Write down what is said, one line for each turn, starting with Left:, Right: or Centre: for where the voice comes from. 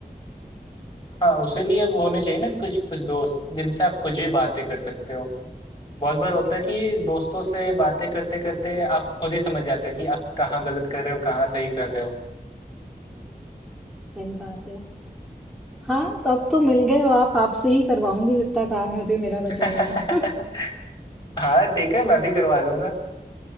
Left: हाँ उसी लिए वो होने चाहिए ना कुछ कुछ दोस्त जिनसे आप कुछ भी बातें कर सकते हो बहुत बार होता है कि दोस्तों से बातें करते करते आप खुद ही समझ जाते हो कि आप कहाँ गलत कर रहे हो कहाँ सही कर रहे हो
Centre: सही बात है हाँ तो अब तो मिल गए हो आप आपसे ही करवाऊंगी जितना काम है अभी मेरा
Left: <laughs>
Centre: बचा हुआ <laughs>
Left: हाँ ठीक है मैं भी करवा लूंगा